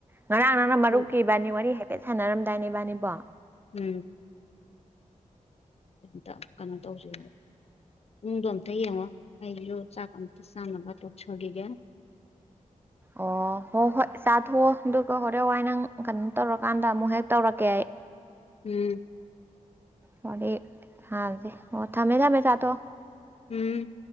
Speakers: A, on the right (about 15°); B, on the left (about 50°).
A: ꯉꯔꯥꯡ ꯅꯔꯥꯡ ꯃꯔꯨꯞ
B: ꯄꯨꯡ
A: ꯀꯤꯕꯅꯤ ꯋꯥꯔꯤ ꯍꯥꯏꯐꯦꯠ ꯁꯥꯟꯅꯔꯝꯗꯥꯏꯅꯦ ꯕꯥꯅꯤꯕꯣ
B: ꯎꯝ ꯀ ꯀꯩꯅꯣ ꯇꯧꯁꯦ ꯎꯗꯣꯇ ꯌꯦꯡꯉꯣ ꯑꯩ ꯌꯣ ꯆꯀ ꯁꯅꯅꯕ ꯆꯒ
A: ꯑꯣ ꯍꯣ ꯍꯣꯏ ꯆꯠ ꯍꯗꯀ ꯍꯣꯔꯦ ꯋꯥꯥꯏ ꯅꯪ ꯀꯩꯅꯣ ꯇꯧꯔꯀꯥꯟꯗ ꯑꯃꯨꯛ ꯍꯦꯛ ꯇꯧꯔꯛꯀꯦ ꯑꯩ
B: ꯎꯝ
A: ꯃ ꯍ ꯑꯣ ꯊꯃꯦ ꯊꯃꯦ ꯆꯥꯇꯣ
B: ꯎꯝ